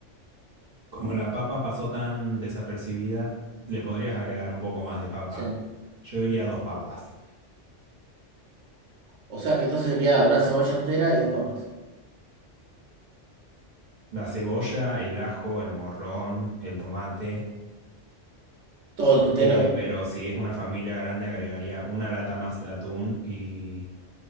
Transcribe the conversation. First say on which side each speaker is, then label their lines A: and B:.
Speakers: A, on the right; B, on the right.
A: como la papa pasó tan desapercibida, le podrías agregar un poco más de papa.
B: Sí.
A: Yo diría dos papas.
B: O sea que entonces sería una cebolla entera y dos papas.
A: La cebolla, el ajo, el morrón, el tomate.
B: Todo entero,
A: Eh, pero si es una familia grande, agregaría una lata más de atún y